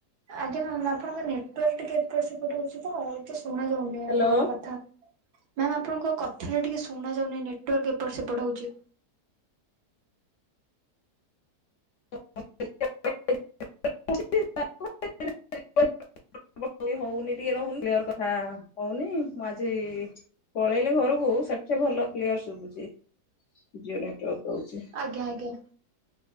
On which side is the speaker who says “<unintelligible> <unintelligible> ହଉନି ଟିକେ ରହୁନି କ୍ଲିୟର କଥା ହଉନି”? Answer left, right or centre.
Left